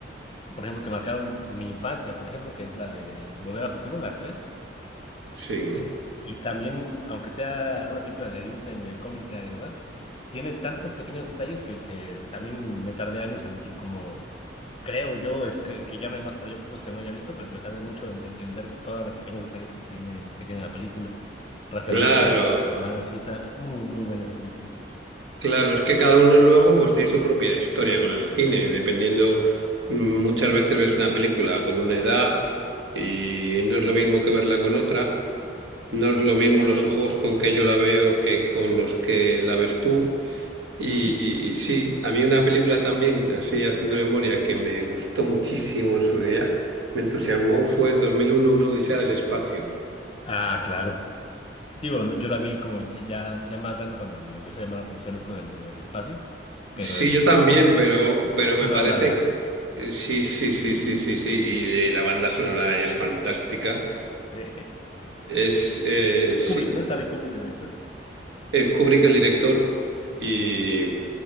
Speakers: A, on the left; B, on the right.
A: por ejemplo, que marcaron mi infancia, por ejemplo, que es la de Volver al Futuro, las tres.
B: sí.
A: Eh, y también, aunque sea una película de Disney medio cómica y demás, tiene tantos pequeños detalles que, que también me tardé años en, en como, creo yo, este, que ya no hay más por ahí ocultos que no haya visto, pero me tardé mucho en, en- en ver todos los pequeños detalles que tiene, que tiene la película. Referencias,
B: Claro,
A: llamadas, sí, está, es muy, muy buena esa película.
B: claro, es que cada uno luego pues tiene su propia historia con el cine, dependiendo, mm, muchas veces ves una película con una edad y no es lo mismo que verla con otra, no es lo mismo los ojos con que yo la veo que con los que la ves tú. Y,
A: Ujú.
B: y- sí, a mí una película también, así haciendo memoria, que me gustó muchísimo en su día, me entusiasmó, fue 2001, una odisea del espacio.
A: Ah, claro. Digo, yo la vi como ya, ya más grande cuando me empezó a llamar la atención esto del, del espacio, pero
B: Sí,
A: este,
B: yo también, pero, pero
A: es
B: me
A: una
B: parece...
A: obra de arte.
B: que- eh, Sí, sí, sí, sí, sí, sí, y la banda sonora es fantástica.
A: Sí.
B: Es,
A: Es, es-
B: eh,
A: es
B: sí,
A: Kubrick, ¿no? Stanley Kubrick, el director.
B: es Kubrick el director y,